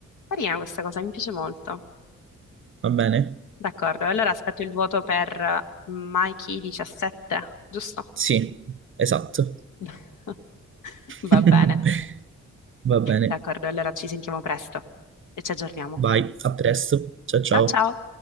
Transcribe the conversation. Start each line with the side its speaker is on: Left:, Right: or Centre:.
Left: Carina questa cosa, mi piace molto.
Right: Va bene?
Left: D'accordo, allora aspetto il voto per Mikey 17, giusto?
Right: Sì, esatto.
Left: <laughs> Va
Right: <laughs>
Left: bene.
Right: Va bene.
Left: D'accordo, allora ci sentiamo presto e ci aggiorniamo.
Right: Vai, a presto. Ciao ciao.
Left: Ciao ciao!